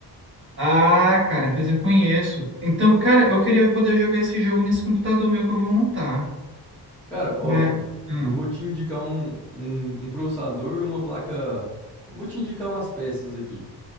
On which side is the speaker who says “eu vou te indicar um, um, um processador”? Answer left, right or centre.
Centre